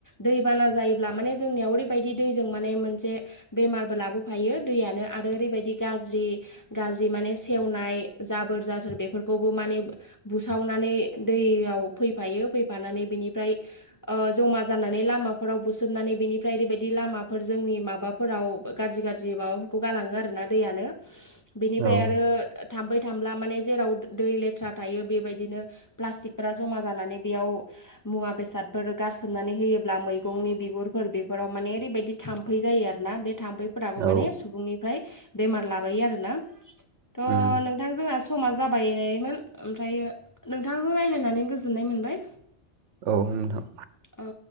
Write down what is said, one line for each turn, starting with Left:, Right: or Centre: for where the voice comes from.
Left: दैबाना जायोब्ला माने जोंनियाव ओरैबायदि दैजों माने मोनसे बेमारबो लाबोफायो। दैयानो आरो ओरैबायदि गाज्रि गाज्रि माने सेवनाय जाबोर जाथोर बेफोरखौबो माने बुसावनानै दैयाव फैफायो फैफानानै बिनिफ्राय ओ जमा जानानै लामाफोराव बुसोमनानै बेनिफ्राय ओरैबायदि लामाफोर जोंनि माबाफोराव गाज्रि गाज्रि माबाफोरखौ गालाङो आरोना दैयानो। बिनिफ्राय
Right: औ औ
Left: आरो थाम्फै थामब्ला माने जेराव दै लेथ्रा थायो बेबायदिनो प्लास्टिकफोरा जमा जानानै बेयाव मुवा बेसादफोर गारसोमनानै होयोब्ला मैगंनि बिगुरफोर बेफोराव माने ओरैबायदि थाम्फै जायो आरोना बे थाम्फैफोर फोराबो
Right: औ
Left: माने सुबुंनि बेमार लाबोयो आरोना थ
Right: उम
Left: नोंथां जोंहा स समा जाबायनायमोन ओमफ्र नोंथांजों राय्लायनानै गोजोननाय मोनबाय।
Right: औ नोंथां।
Left: ओ।